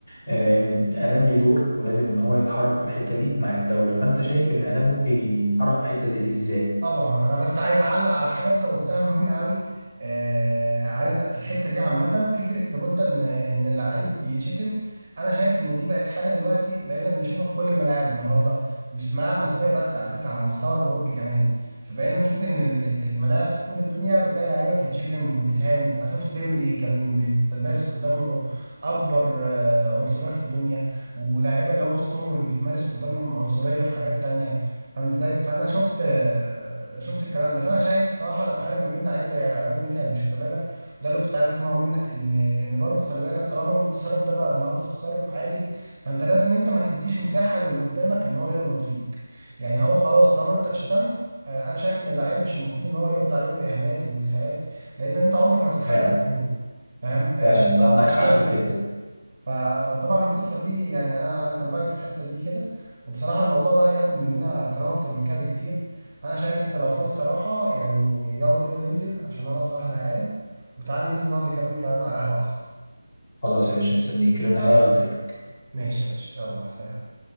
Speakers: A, on the left; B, on the right.
A: آه، ان الاعلام ليه دور ولازم ان هو يتحرك في الحته دي مع الدوله فانت شايف الاعلام ممكن يتحرك في حته زي دي ازاي
B: طبعا انا بس عايز اعلق على حاجه انت قلتها مهمه قوي آه عايز في الحته دي عامه فكره لابد ان ان اللعيب يتشتم انا شايف ان دي بقت حاجه دلوقتي بقينا بنشوفها في كل الملاعب النهارده مش ملاعب مصريه بس على فكره على المستوى الاوروبي كمان فبقينا نشوف ان ال- ال- الملاعب في كل الدنيا بتلاقي لعيبه بتتشتم وبيتهان انا شفت ديمبلي كان بيتمارس قدامه اكبر آه، عنصريه في الدنيا ولاعيبه اللي هم السمر بيتمارس قدامهم عنصريه في حاجات تانية فاهم ازاي فانا شفت شفت الكلام ده فانا شايف بصراحه الفرق ما بين لعيب زي عماد متعب وشيكابالا وده اللي كنت عايز اسمعه منك ان ان برضه خلي بالك طالما التصرف ده بقى النهارده تصرف عادي فانت لازم انت ما تديش مساحه للي قدامك ان هو يغلط فيك يعني هو خلاص طالما انت اتشتمت آه، انا شايف ان اللعيب مش المفروض ان هو يرد عليهم باهانات واساءات لان انت عمرك ما تتحدى
A: فعلا
B: الجمهور فاهم آه،
A: فعلا
B: شيكابالا
A: عندك
B: ما كانش
A: حق
B: بيعمل
A: في الحته
B: كده
A: دي
B: ف- فطبعا القصه دي يعني انا انا كان رايي في الحته دي كده وبصراحه الموضوع بقى ياخد مننا كلام اكتر من كده بكتير فانا شايف انت لو فاضي صراحه يعني يلا بينا ننزل عشان انا بصراحه زهقان وتعال ننزل نقعد نكمل كلامنا على القهوه احسن
A: خلاص يا باشا مستنيك رن عليا وهنزل لك
B: ماشي يا باشا يلا مع السلامه